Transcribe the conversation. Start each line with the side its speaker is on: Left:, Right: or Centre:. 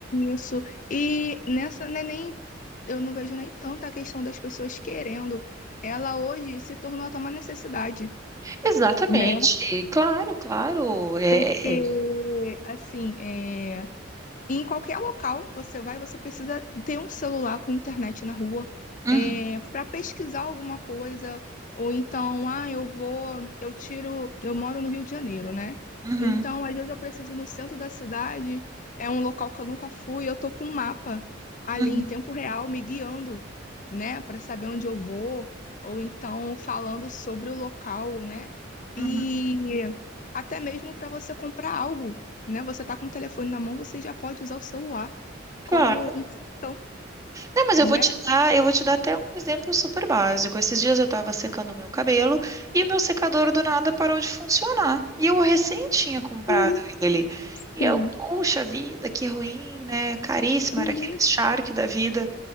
Left: Isso. E nessa, né, nem eu não vejo nem tanta questão das pessoas querendo. Ela hoje se tornou até uma necessidade,
Right: Exatamente,
Left: né?
Right: claro, claro. É,
Left: Porque,
Right: é.
Left: assim, é. E em qualquer local que você vai, você precisa ter um celular com internet na rua,
Right: Uhum,
Left: para pesquisar alguma coisa, ou então, ah, eu vou, eu tiro, eu moro no Rio de Janeiro, né?
Right: uhum,
Left: Então, às vezes eu preciso ir no centro da cidade, é um local que eu nunca fui, eu tô com um mapa ali
Right: uhum,
Left: em tempo real me guiando, né, para saber onde eu vou, ou então falando sobre o local, né?
Right: uhum.
Left: E até mesmo para você comprar algo né? Você tá com o telefone na mão, você já pode usar o celular
Right: Claro.
Left: como um cartão,
Right: Não, mas
Left: né?
Right: eu vou te dar, eu vou te dar até um exemplo super básico. Esses dias eu estava secando o meu cabelo e o meu secador do nada parou de funcionar. E eu recém tinha comprado
Left: Uhum,
Right: ele. E
Left: Sim,
Right: eu, poxa vida, que ruim, né? Caríssimo,
Left: uhum,
Right: era aquele Shark da vida.